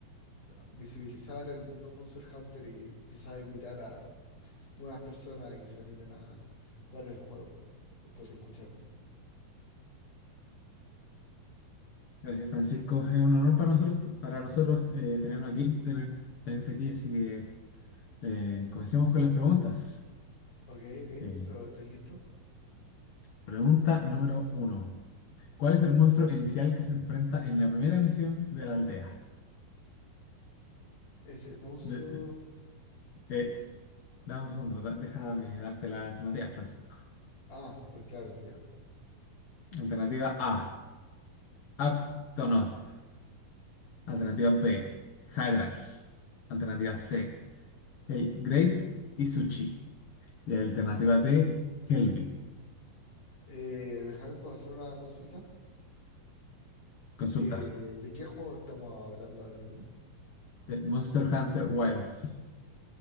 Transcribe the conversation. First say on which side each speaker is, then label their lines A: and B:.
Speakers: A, on the left; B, on the left.
A: a visibilizar el mundo de Monster Hunter y quizá invitar a nuevas personas que se animen a jugar el juego después de escucharme.
B: Gracias, Francisco. Es un honor para nosotros, para nosotros eh, tenernos aquí, tener, tenerte aquí. Así que eh, comencemos con las preguntas.
A: Ok, ok,
B: Eh,
A: ¿todo- estoy listo.
B: pregunta número uno. ¿Cuál es el monstruo inicial que se enfrenta en la primera misión de la aldea?
A: Ese monstruo.
B: De- eh, dame un segundo, da- déjame darte la alternativa, Francisco.
A: Ah, pues claro, sí.
B: Alternativa A, Aptonoth. Alternativa B, Jagras. Alternativa C. Hey, Great Isuchi y la alternativa de Kelby.
A: Eh, Benjamín, ¿puedo hacer una consulta?
B: Consulta.
A: Eh, ¿de qué juego estamos hablando ahora mismo?
B: de Monster Hunter Wilds.